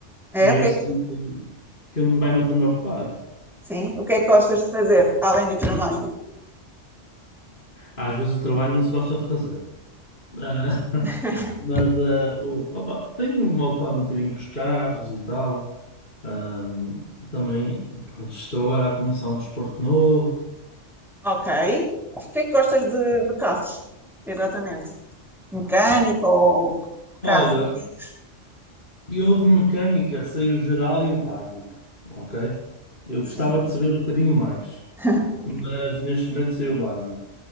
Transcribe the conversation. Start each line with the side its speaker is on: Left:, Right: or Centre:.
Centre: É,
Left: e é
Centre: o que
Left: isso
Centre: é que,
Left: que, que me vai mantendo ocupado.
Centre: sim, o que é que gostas de fazer além do trabalho?
Left: Às vezes o trabalho não se gosta de fazer. Ah,
Centre: <laughs>
Left: <laughs> mas ah, o- opa, tenho-me ocupado um bocadinho com os carros e tal. Ahm, também, pronto, estou agora a começar um desporto novo.
Centre: Ok. O que é que gostas de, de carros? Exatamente. Mecânico ou carros
Left: Olha.
Centre: antigos?
Left: E Eu de mecânica sei o geral e o básico, ok? Eu
Centre: Sim.
Left: gostava de saber um bocadinho mais,
Centre: <laughs>
Left: mas neste momento sei o básico.